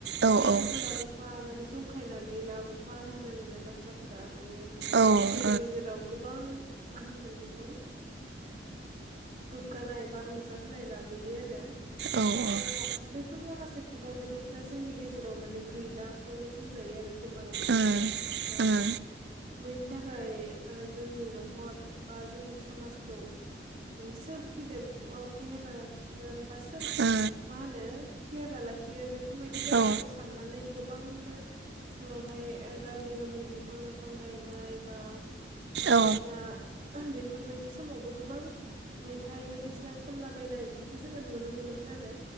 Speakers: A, on the right; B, on the right.
A: औ
B: बैफोरखौ
A: औ
B: लाबो फा माने जंखायनानै लाबोफा होनलायलायनाय बाथ्राफोरा माने
A: ओ उम
B: जोंनि गेजेराव गोबां मा होनगोन बेखौ गोग्गानाय बा रंजाहोनाय लाबोयो आरो
A: औ उम
B: दा बैफोर माखासे खुगा मेथाइ फ्रा जोंनि गेजेराव माने गैलाखौनो बुंजायो आरो गोमालांजोब्बाय
A: उम
B: दा
A: उम
B: बैनि थाखाय ओ जोंनि न'खर बा जोंनि समाजखौ माने सोर फेदेर फेहेरना लाखिगोन बा सोर
A: औ
B: मा होनो फेहेरना लाखिगोन बेफोरबायदि बाथ्राखौ
A: औ
B: साननानै गो गोबांनो उनावहाय ओ गामि गामि बिफां लाइफां गायनाय बा ओ बायदिसिना
A: औ
B: बेफोरबायदि समावबो गोबां मेथाइ बायदिसिना खनला बायनाय बिदिखौ जोङो नुनो मोनोमोन आरो